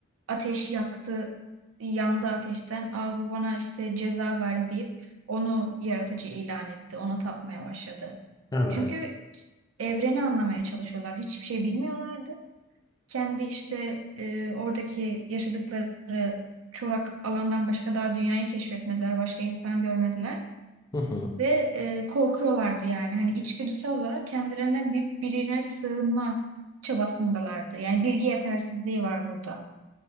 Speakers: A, on the right; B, on the left.
A: ateş yaktı, yandı ateşten. Aa bu bana işte ceza verdi deyip onu yaratıcı ilan etti. Ona tapmaya başladı.
B: Evet.
A: Çünkü evreni anlamaya çalışıyorlar. Hiçbir şey bilmiyorlardı. Kendi işte e, oradaki yaşadıkları çorak alandan başka daha dünyayı keşfetmediler. Başka insan görmediler.
B: Hı hı.
A: Ve e, korkuyorlardı yani. Hani içgüdüsel olarak kendilerinden büyük birine sığınma çabasındalardı. Yani bilgi yetersizliği var burada.